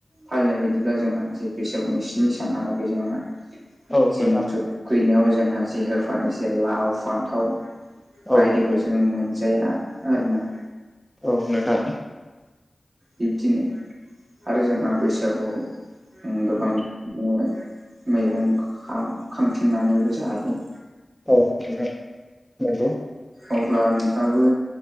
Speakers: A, on the right (about 65°); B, in the centre.
A: फालिनाय बायदिब्ला जोंहा बैसागुनि स्नि सानहालागै जोंहा
B: औ
A: जि
B: नोंथां
A: मोसौ दुखैनायाव जोंहा जि होफानाय जे लाव फान्थाव
B: औ
A: बायदिखौ जोंङो मोनजाया आरोना
B: औ नोंथां
A: बिब्दिनो आरो जोंहा बैसागु ओ गोबां बिनो मैगं खां खांथिंनानैबो जायो
B: औ नोंथां नंगौ
A: अब्ला नोंथांङाबो